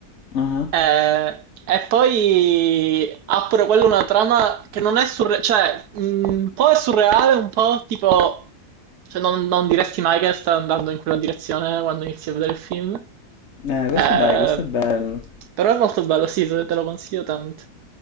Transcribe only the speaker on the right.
eh, e poi ha pure quello una trama che non è surreale, cioè mh, un po' è surreale, un po' tipo, cioè non, non diresti mai che sta andando in quella direzione quando inizi a vedere il film.
Eh,
però è molto bello, sì, te te lo consiglio tanto.